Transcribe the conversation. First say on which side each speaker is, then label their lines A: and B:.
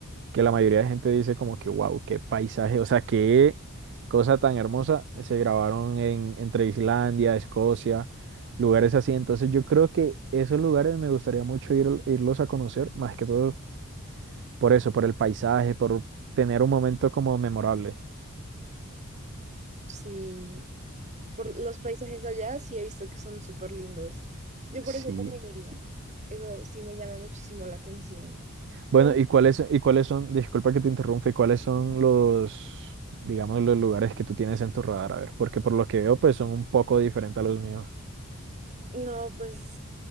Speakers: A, on the right (about 55°); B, on the right (about 30°).
A: que la mayoría de gente dice como que, wow, qué paisaje, o sea, qué cosa tan hermosa, se grabaron en, entre Islandia, Escocia, lugares así. Entonces yo creo que esos lugares me gustaría mucho ir, irlos a conocer, más que todo por eso, por el paisaje, por tener un momento como memorable.
B: sí. Por los paisajes allá sí he visto que son súper lindos. Yo
A: Sí.
B: por eso también iría. Eso sí me llama muchísimo la atención.
A: Bueno,
B: Pero
A: ¿y cuáles, y cuáles son, disculpa que te interrumpa, ¿y cuáles son los, digamos, los lugares que tú tienes en tu radar? A ver, porque por lo que veo, pues son un poco diferentes a los míos.
B: no, pues